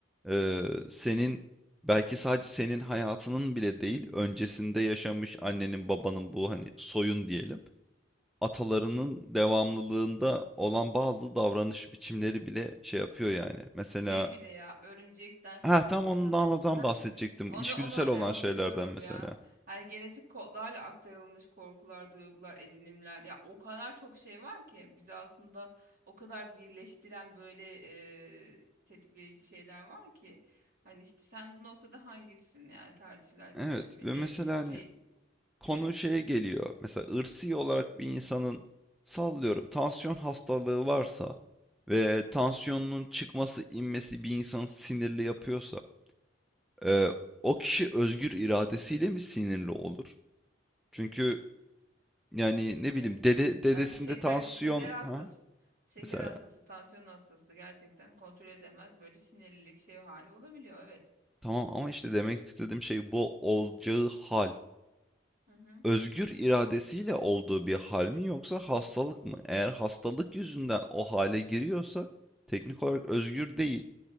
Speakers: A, in the centre; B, on the right (about 45°).
A: Eee, senin belki sadece senin hayatının bile değil, öncesinde yaşamış annenin, babanın bu hani soyun diyelim, atalarının devamlılığında olan bazı davranış biçimleri bile şey yapıyor yani. Mesela
B: Şey bile ya örümcekten korkan
A: ha tam
B: insanlar
A: ondan
B: Heh,
A: bahsedecektim.
B: onu
A: İçgüdüsel
B: onu
A: olan
B: e, hatırlıyorum
A: şeylerden mesela.
B: ya. Hani genetik kodlarla aktarılmış korkular, duygular, edinimler ya o kadar çok şey var ki bizi aslında o kadar birleştiren böyle e, tetikleyici şeyler var ki hani işte sen bunu okuda hangisin yani tercihler senin
A: Evet
B: mi
A: ve
B: diye
A: mesela
B: mi
A: hani
B: şey
A: konu
B: garip
A: şeye geliyor. Mesela ırsi olarak bir insanın sallıyorum tansiyon hastalığı varsa ve tansiyonunun çıkması inmesi bir insanı sinirli yapıyorsa Eee, o kişi özgür iradesiyle mi sinirli olur? Çünkü, yani,
B: İşte
A: ne bileyim, dede dedesinde
B: ya bir şeker
A: tansiyon
B: şeker hastası.
A: Ha?
B: Şeker
A: Mesela.
B: hastası, tansiyon hastası gerçekten kontrol edemez böyle sinirlilik şey hali olabiliyor evet.
A: Tamam ama işte demek istediğim şey bu olacağı hal.
B: Hı hı.
A: Özgür iradesiyle olduğu bir hal mi yoksa hastalık mı? Eğer hastalık yüzünden o hale giriyorsa teknik olarak özgür değil.